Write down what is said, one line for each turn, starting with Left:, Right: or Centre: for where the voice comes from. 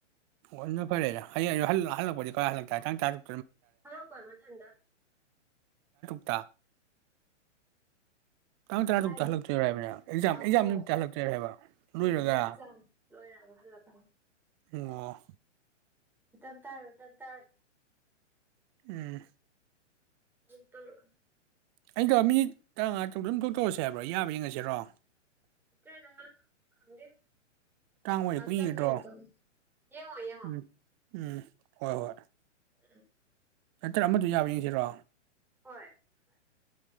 Right: ꯑꯣ ꯑꯗꯨꯅ ꯐꯔꯦꯗ ꯍꯌꯦꯡꯌꯨꯛ ꯍꯜ ꯍꯜꯂꯛꯄꯗꯤ ꯀꯃꯥꯏ ꯍꯜꯂꯛꯇꯔꯦ ꯇꯪ ꯇꯔꯛ
Centre: ꯍꯜꯂꯛꯄ ꯃꯊꯟꯇ
Right: <unintelligible> ꯇꯥꯡ ꯇꯔꯥ
Centre: ꯂꯥꯏꯟ
Right: ꯇꯨꯛꯇ ꯍꯜꯂꯛꯇꯣꯏꯔꯥ ꯍꯥꯏꯕꯅꯦ ꯅꯪ ꯑꯦꯛꯖꯥꯝ
Centre: ꯑꯪ
Right: ꯑꯦꯛꯖꯥꯝ
Centre: ꯍꯣꯏ
Right: ꯅꯨꯃꯤꯠꯇ ꯍꯜꯂꯛꯇꯣꯏꯔꯥ ꯍꯥꯏꯕ
Centre: ꯍꯣꯏ
Right: ꯂꯣꯏꯔꯒ
Centre: ꯍꯣꯏ ꯑꯦꯛꯖꯥꯝ ꯂꯣꯏꯔꯒ ꯍꯜꯂꯛꯀꯅꯤ
Right: ꯎꯪꯑꯣ
Centre: <unintelligible>
Right: ꯎꯝ
Centre: <unintelligible>
Right: <unintelligible>
Centre: <unintelligible>
Right: ꯇꯥꯡ ꯑꯣꯏꯔꯦ ꯀꯨꯏꯒꯗ꯭ꯔꯣ ꯎꯝ ꯎꯝ ꯍꯣꯏ ꯍꯣꯏ
Centre: ꯎꯝ
Right: ꯅꯠꯇ꯭ꯔꯒ ꯑꯃꯗꯨ ꯌꯥꯕ꯭ꯔ ꯌꯦꯡꯁꯤꯔꯣ
Centre: ꯍꯣꯏ ꯍ